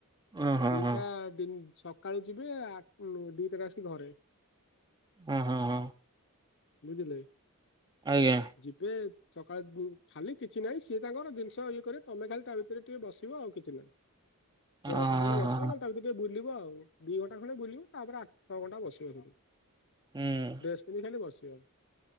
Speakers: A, on the right; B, on the left.
A: ଓ ହଁ
B: ଦିଟା
A: ହଁ
B: ଦି ସକାଳୁ ଯିବେ ଆ ଦିଟାରେ ଆସିକି ଘରେ।
A: ଓହୋ ହଁ ହଁ।
B: ବୁଝିଲେ।
A: ଆଜ୍ଞା।
B: ଯିବେ ସକାଳେ ଖାଲି କିଛି ନାହିଁ ସିଏ ତାଙ୍କର ଜିନିଷ ଇଏ କରେ ତମେ ଖାଲି ତା ଭିତରେ ଟିକେ ବସିବ ଆଉ କିଛି ନାହିଁ।
A: ଅ
B: ଗୋଡ କ ହେଇଗଲେ ବସିବ
A: ହଁ
B: ନହେଲେତା ଭିତରେ ଟିକେ ବୁଲିବ ଆଉ ଦିଇ ଘଣ୍ଟା ଖଣ୍ଡେ ବୁଲିବ ତାପରେ ଆଠ ଛଅଘଣ୍ଟା ବସିବ ସେକି
A: ହୁଁ
B: ଡ୍ରେସ ପିନ୍ଧି ଖାଲି ବସିବ